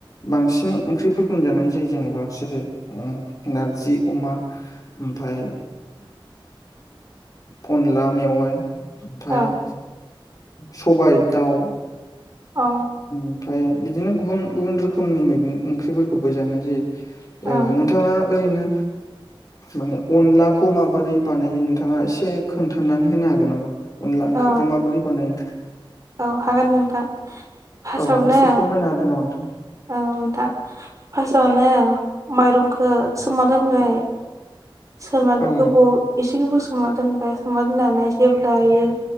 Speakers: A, on the left; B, on the right.
A: बांसिनै ओंख्रिफोरखौजानाय जायो जेनबा बिसोरो नारजि अमा। ओमफाय अनला मेवाइ ओमफाय।
B: औ
A: सबाय दाउ।
B: अ
A: ओमफ्राय बिदिनो गुबुन गुबुन रोखोमनि मैगं ओंख्रिफोरखौबो जानाय जायो।
B: औ
A: नोंथाङा ओरैनो। माने अनलाखौ माबोरै बानायो नोंथाङा एसे खोन्थानानै होनो हागोन नामा। अनला
B: अ
A: ओंख्रिखौ माबोरै बानायो।
B: औ हागोन नोंथाङा फास्टआवनो।
A: औ <unintelligible> नोंथां।
B: औ दा फास्टआवनो माइरंखौ सोमा दोनबाय। सोमना गोबाव
A: औ
B: एसे गोबाव सा दोनबाय सा दोननानै जेबब्लायो‌।